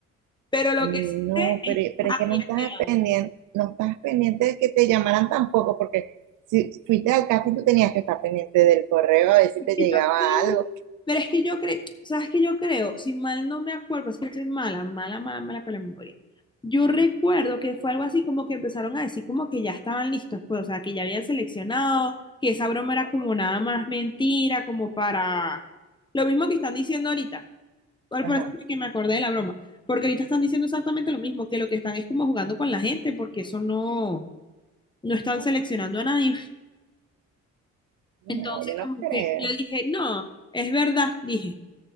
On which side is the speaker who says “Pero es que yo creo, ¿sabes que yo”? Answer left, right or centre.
Left